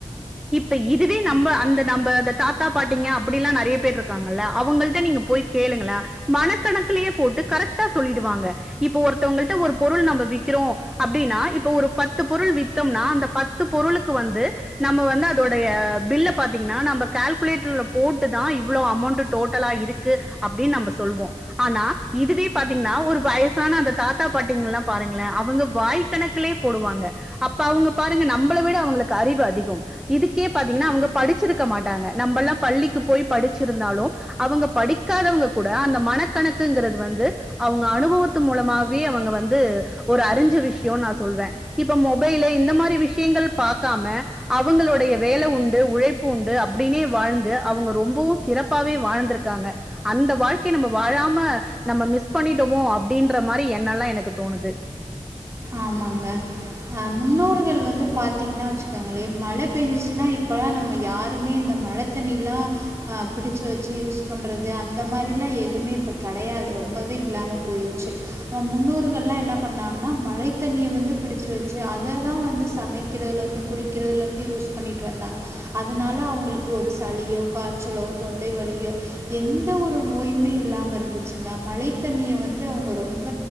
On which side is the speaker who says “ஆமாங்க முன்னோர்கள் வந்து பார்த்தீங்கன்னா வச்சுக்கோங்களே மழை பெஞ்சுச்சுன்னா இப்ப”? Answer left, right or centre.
Right